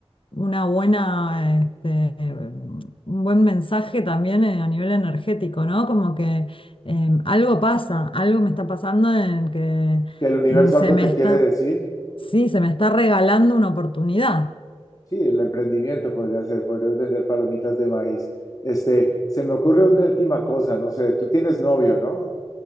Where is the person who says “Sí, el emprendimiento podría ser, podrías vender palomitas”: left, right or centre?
Left